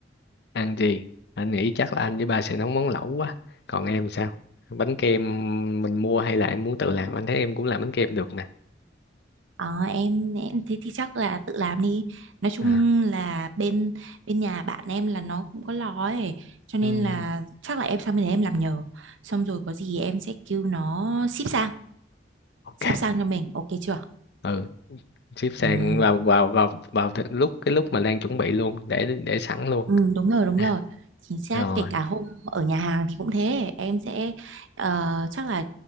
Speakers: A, on the left (about 60°); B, on the right (about 80°).
A: ăn gì anh nghĩ chắc là anh với ba sẽ nấu món lẩu quá còn em sao bánh kem mình mua hay là em muốn tự làm anh thấy em cũng làm bánh kem được nè
B: Ờ, em em thế thì chắc là tự làm đi nói chung
A: à,
B: là bên bên nhà bạn em là nó cũng có lò ấy cho nên
A: ừm,
B: là chắc là em sang bên đấy em làm nhờ xong rồi có gì em sẽ kêu nó ship sang
A: ok
B: ship sang cho mình ok chưa
A: ừ ship sang
B: ừ.
A: vào vào vào vào th- lúc cái lúc mà Lan chuẩn bị luôn để để sẵn luôn
B: ừ đúng rồi đúng
A: À,
B: rồi chính xác
A: rồi
B: kể cả hôm ở nhà hàng thì cũng thế em sẽ ờ, chắc là